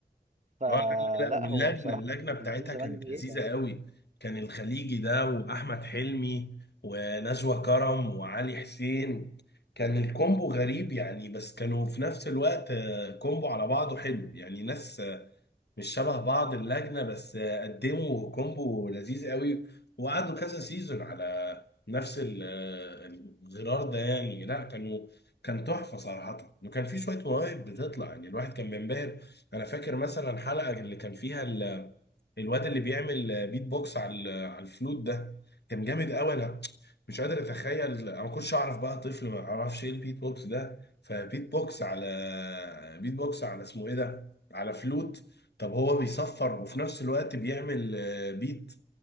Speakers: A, on the right; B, on the left.
A: فلا
B: اه لا لا لا واللجنة
A: هو بصراحة
B: اللجنة
A: التلفزيون
B: بتاعتها
A: زمان
B: كانت
A: دي
B: لذيذة
A: هيبة
B: قوي كان الخليجي ده وأحمد حلمي ونجوى كرم وعلي حسين كان الكومبو غريب يعني بس كانوا في نفس الوقت آه، كومبو على بعضه حلو يعني ناس مش شبه بعض اللجنة بس قدموا كومبو لذيذ قوي وقعدوا كذا سيزون على نفس ال- الغرار ده يعني لا كانوا كان تحفة صراحة وكان في شوية مواهب بتطلع يعني الواحد كان بينبهر أنا فاكر مثلا حلقة اللي كان فيها الواد اللي بيعمل بيت بوكس على ال- على الفلوت ده كان جامد قوي انا مش قادر اتخيل انا ما كنتش اعرف بقى طفل ما اعرفش ايه البيت بوكس ده فبيت بوكس على بيت بوكس على اسمه ايه ده على فلوت طب هو بيصفر وفي نفس الوقت بيعمل آه، بيت